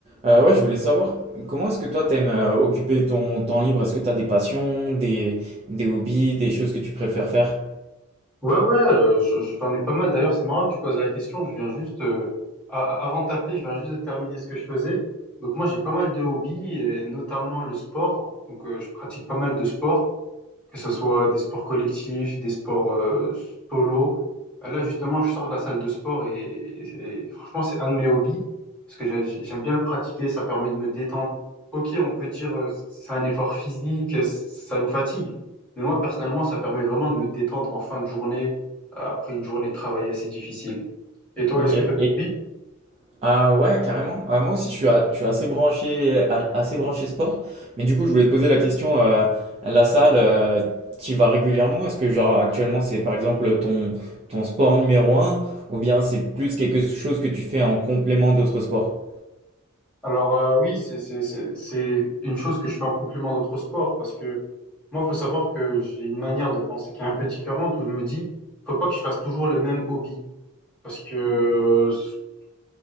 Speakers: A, on the right; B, in the centre.
A: Euh, ouais, je voulais savoir, comment est-ce que toi t'aimes euh, occuper ton temps libre? Est-ce que t'as des passions, des, des hobbies, des choses que tu préfères faire?
B: Ouais, ouais, euh, je- je- j'en ai pas mal. D'ailleurs, c'est marrant que tu poses la question. Je viens juste, euh, a- a- avant de t'appeler, je viens juste de terminer ce que je faisais. Donc moi, j'ai pas mal de hobbies, et notamment le sport. Donc euh, je pratique pas mal de sport que ce soit des sports collectifs, des sports euh, solo. Euh, Là, justement, je sors de la salle de sport et, et- et franchement, c'est un de mes hobbies parce que j'ai- j'ai- j'aime bien le pratiquer, ça permet de me détendre. Ok, on peut dire euh, c'est un effort physique, euh, ça nous fatigue, mais moi, personnellement, ça permet vraiment de me détendre en fin de journée, euh, après une journée de travail assez difficile. Et toi,
A: Ok.
B: est-ce que tu as des
A: Et
B: hobbies?
A: ah ouais, carrément. Ah, moi aussi, je suis, a- je suis assez branché, a- assez branché sport. Mais du coup, je voulais te poser la question, euh, la salle, euh, tu y vas régulièrement? Est-ce que genre actuellement c'est par exemple ton, ton sport numéro un, ou bien c'est plus quelque chose que tu fais en complément d'autres sports?
B: Alors, euh, oui, c'est c'est- c'est- c'est une chose que je fais en complément d'autres sports parce que Moi, il faut savoir que j'ai une manière de penser qui est un peu différente où je me dis, faut pas que je fasse toujours le même hobby parce que euh, je